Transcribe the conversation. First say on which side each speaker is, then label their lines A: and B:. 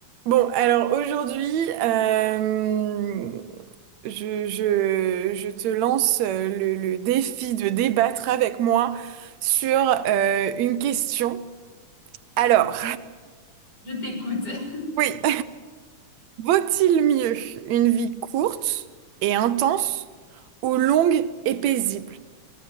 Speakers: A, on the right; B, on the left.
A: Bon, alors aujourd'hui, euh, je, je- je te lance euh, le, le défi de débattre avec moi sur euh, une question. Alors,
B: Je t'écoute. <laughs>
A: <laughs> oui, vaut-il mieux une vie courte et intense ou longue et paisible?